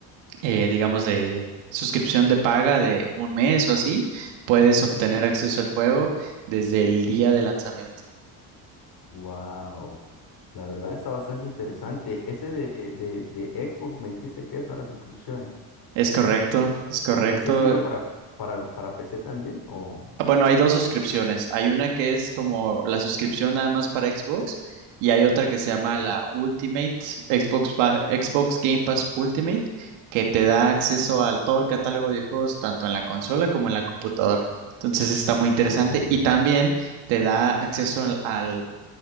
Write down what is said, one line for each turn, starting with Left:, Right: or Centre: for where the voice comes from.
Right: eh, digamos, de suscripción de paga de un mes o así, puedes obtener acceso al juego desde el día de lanzamiento.
Left: wow. La verdad está bastante interesante. Ese de, de, de Xbox me dijiste que es, ¿no? La suscripción.
Right: Es correcto, es correcto.
Left: ¿Ese sirve para, para, para PC también? O,
Right: Ah, Bueno, hay dos suscripciones. Hay una que es como la suscripción nada más para Xbox y hay otra que se llama la Ultimate, Xbox, Ba- Xbox Game Pass Ultimate, que te da acceso a todo el catálogo de juegos, tanto en la consola como en la computadora. Entonces está muy
Left: oh,
Right: interesante y también te da acceso al, al